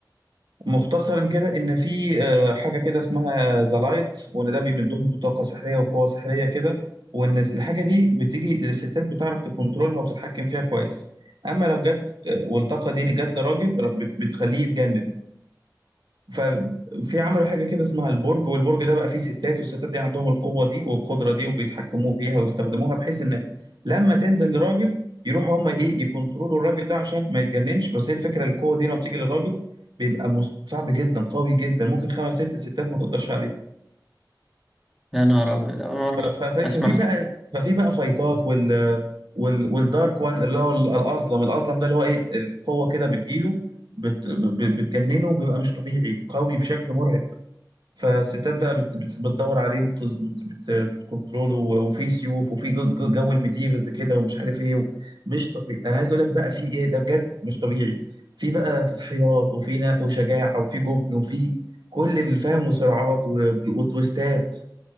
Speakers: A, on the right (about 70°); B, in the centre.
A: مختصرا كده ان في آه، حاجة كده اسمها ذا لايت وان ده بيمدهم بطاقة سحرية وقوة سحرية كده وان الحاجة دي بتيجي الستات بتعرف تكنترولها وتتحكم فيها كويس اما لو جت آه، والطاقة دي جت لراجل بت- بتخليه يتجنن ففي عملوا حاجة كده اسمها البرج والبرج ده بقى فيه ستات والستات دي عندهم القوة دي والقدرة دي وبيتحكموا بيها ويستخدموها بحيث إن لما تنزل لراجل يروحوا هما إيه يكونترولوا الراجل ده عشان ما يتجننش بس هي الفكرة القوة دي لما بتيجي للراجل بيبقى مس- صعب جدا قوي جدا ممكن خمس ست ستات ما تقدرش عليه
B: يا نهار أبيض أنا
A: ف- ف- ف- ففي
B: أسمع
A: بقى ففي بقى فايتات وال وال والدارك وان اللي هو ال- الأظلم الأظلم ده اللي هو إيه القوة كده بتجيله بت ب- بتجننه وبيبقى مش طبيعي قوي بشكل مرعب فالستات بقى بت بت بتدور عليه وبتز بت بت بتكنترول وفي سيوف وفي جز- جو جو الميديفلز كده ومش عارف ايه مش طبيعي انا عايز اقول لك بقى في ايه ده بجد مش طبيعي في بقى تضحيات وفي نا- وشجاعه وفي جبن وفي كل اللي فاهم وصراعات و- وتويستات